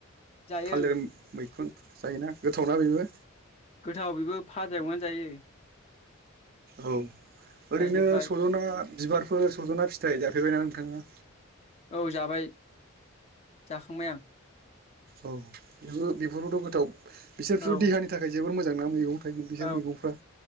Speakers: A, on the left; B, on the right.
A: जायो
B: थालिर मैखुन जायोना गोथावना बेबो,
A: गोथावाव बेबो फाजि एनानै जायो।
B: औ ओरैनो
A: जाजोब्बाय
B: सज'ना बिबारफोर सज'ना फि फिथाइ जाफेरबायना नोंथाङा?
A: औ जाबाय जाखांबाय आं
B: औ बेबो बेफोरबोथ' गोथाव बिसोरथ'
A: औ
B: देहानि थाखाय जोबोर मोजां ना मैगं थाइगं बिसोर
A: औ
B: मैगंफ्रा,